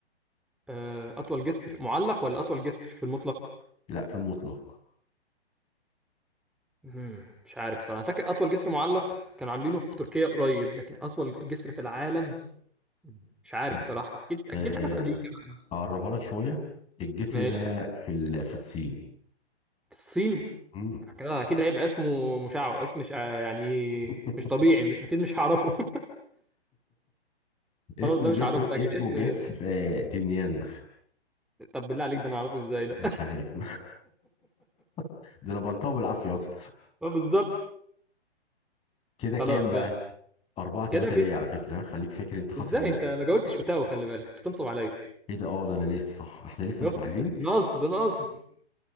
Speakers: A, in the centre; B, on the left (about 15°).
A: آه، أطول جسر معلق ولا أطول جسر في المطلق؟
B: لا في المطلق
A: مم، مش عارف بصراحة أنا فاكر أطول جسر معلق كانوا عاملينه في تركيا قريب لكن أطول جسر في العالم مش عارف
B: كان-
A: بصراحة أكيد أكيد
B: آه،
A: حاجة في أمريكا بقى
B: اقربها لك شوية الجسر
A: ماشي
B: ده في ال... في الصين
A: الصين
B: مم.
A: كده أكيد هيبقى اسمه مشعوذ اسم مش يعني
B: <laughs>
A: مش طبيعي أكيد مش هعرفه <laughs>
B: اسمه
A: خلاص ده مش
B: جسر
A: هعرفه ده
B: اسمه
A: أكيد اسم
B: جسر آه، دينيانغ
A: طب بالله عليك ده أنا هعرفه إزاي ده
B: مش عارف <laughs> ده انا بنطقه بالعافيه اصلا
A: <laughs> اه بالظبط
B: كده كام
A: خلاص
B: بقى
A: يلا
B: 4 3
A: كده بي...
B: ليا على فكره خليك فاكر انت خاسر
A: إزاي
B: نقطه
A: أنت ما جاوبتش أوتاوا خلي بالك أنت بتنصب عليا
B: ايه ده اه ده انا ناسي صح احنا لسه
A: شفت
B: متعادلين
A: نصب نصب